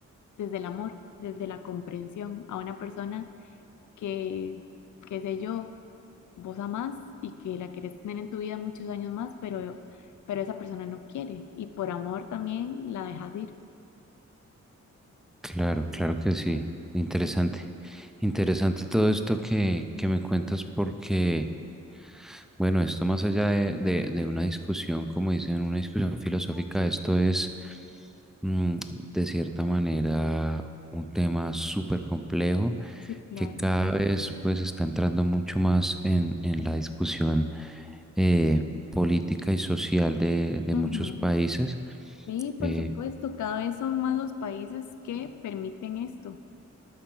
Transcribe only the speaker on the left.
desde el amor, desde la comprensión, a una persona que, qué sé yo, vos amás y que la querés tener en tu vida muchos años más, pero, pero esa persona no quiere y por amor también la dejas ir.
Sí, claro.
Ujú.
Sí, por
supuesto, cada vez son más los países que permiten esto,